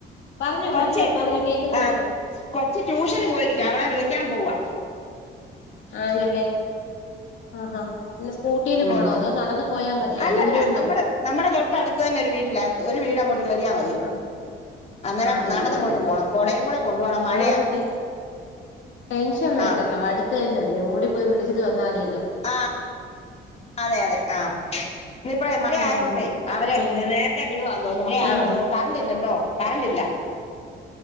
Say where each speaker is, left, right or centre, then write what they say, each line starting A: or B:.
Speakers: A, on the left; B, on the left.
A: പറഞ്ഞോ
B: കൊച്ചേറ്റു
A: പറഞ്ഞോ പറഞ്ഞോ കേക്കുന്നുണ്ട്
B: ആഹ് കൊച്ച് ട്യൂഷന് പോയിരിക്കാ
A: ആ
B: അവളെ വിളിക്കാൻ പോവാ
A: ആണല്ലേ ആഹ് ആഹ് പിന്നെ സ്കൂട്ടീല്
B: ഉം
A: പോണോ അതോ നടന്ന് പോയാ മതിയോ
B: അല്ലല്ല
A: ദൂരം ഉണ്ടോ
B: നമ്മടെ നമ്മടെ തൊട്ടടുത്ത് തന്നെ ഒരു വീട്ടിലാ ഒരു വീടങ്ങോട്ട് കേറിയാ മതി
A: ആ
B: അന്നേരം
A: ആഹ് പിന്നെല്ല
B: നടന്നങ്ങോട്ട് പോണം കൊടേം
A: ആഹ്
B: കൂടെ കൊണ്ട് പോണം മഴയാ
A: അതാവുമ്പട്ടെ ടെൻഷൻ വേണ്ടല്ലോ
B: ആഹ്
A: അടുത്ത് തന്നല്ലേ ഓടിപ്പോയി വിളിച്ചിട്ട് വന്നാ മതിയല്ലോ
B: ആഹ് അതെ അതെ ആഹ് ഇന്ന് ഇപ്പഴേ മഴ
A: ഉം
B: ആയകൊണ്ടേ അവര്
A: പിന്നെ
B: നേരത്തെ വിടുവാന്ന് തോന്നുന്നു മഴ ആയകൊണ്ട്
A: ആഹ്
B: കറണ്ടില്ലല്ലോ കറണ്ടില്ല